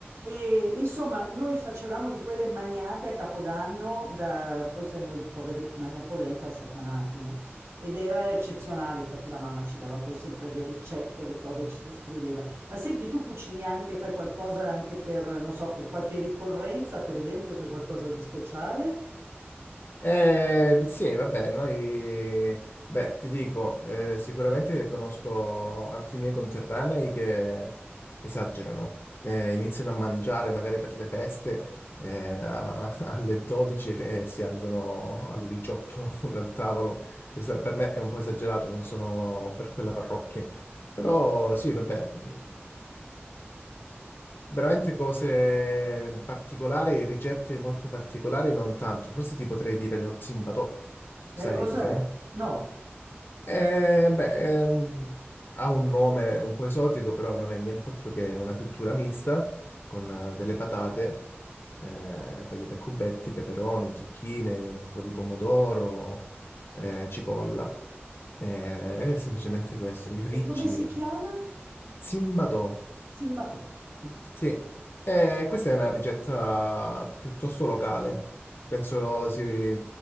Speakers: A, on the right (about 75°); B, on the left (about 55°).
A: E insomma, noi facevamo di quelle magnate a Capodanno, da, poi sai, noi poveri magnapolenta satanati, no? Ed era eccezionale, infatti la mamma ci dava poi sempre le ricette, le cose ci descriveva. Ma senti, tu cucini anche, fai qualcosa anche per, non so, per qualche ricorrenza, per esempio, fai qualcosa di speciale?
B: Eh, sì, vabbè, noi, beh, ti dico, eh, sicuramente conosco altri miei conterranei che esagerano, eh, iniziano a mangiare magari per le feste, eh, a- <laughs> alle 12 e eh, si alzano alle 18 <laughs> dal tavolo. Questo per me è un po' esagerato, non sono per quella parrocchia. Però sì, vabbè, mh, Veramente cose particolari, ricette molto particolari, non tanto. Forse ti potrei dire lo zimbatò.
A: Eh,
B: Sai
A: cos'è?
B: cos'è?
A: No.
B: Eh, beh, ehm, ha un nome un po' esotico, però non è nient'altro che una frittura mista con eh, delle patate eh, tagliate a cubetti, peperoni, zucchine, un po' di pomodoro, eh, cipolla. Eh, è semplicemente questo, li friggi.
A: E come si chiama?
B: Zimbatò.
A: Zimbatò. Ah,
B: Sì, Eh, questa è una ricetta piuttosto locale, penso si,